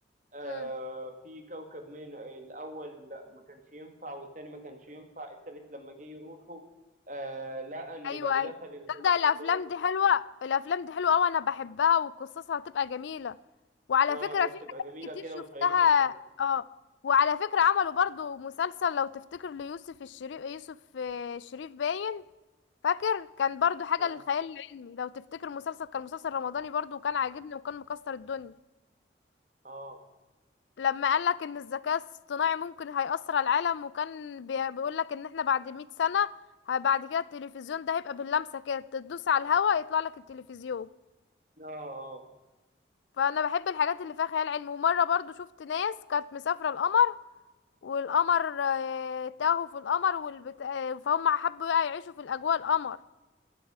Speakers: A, on the right (about 45°); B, on the left (about 80°).
A: آه
B: امم
A: في كوكب من الأول لأ ما كانش ينفع والتاني ما كانش ينفع التالت لما جه يروحوا آه لقى إن
B: ايوه
A: لو دخل
B: ايوه
A: الغلاف
B: تبدأ الافلام
A: الجوي
B: دي حلوه الافلام دي حلوه قوي انا بحبها وقصصها هتبقى جميله وعلى
A: آه
B: فكره
A: هي
B: في
A: بتبقى
B: حاجات
A: جميلة
B: كتير
A: كده
B: شفتها
A: وشيقة وحلوة
B: اه وعلى فكره عملوا برضو مسلسل لو تفتكر ليوسف الشريف يوسف آه، الشريف باين فاكر كان برضو حاجة
A: آه
B: للخيال العلمي لو تفتكر مسلسل كان مسلسل رمضاني برضو وكان عاجبني وكان مكسر الدنيا
A: آه
B: لما قالك ان الذكاء الاصطناعي ممكن هيأثر على العالم وكان بي- بيقولك ان احنا بعد مئة سنة ه- بعد كده التلفزيون ده هيبقى باللمسة كده تدوس على الهوا يطلع لك التلفزيون
A: آه
B: فانا بحب الحاجات اللي فيها خيال علمي ومرة برضو شفت ناس كانت مسافرة القمر والقمر آه، تاهوا في القمر والبت... آه، فهم حبوا بقى يعيشوا في الاجواء القمر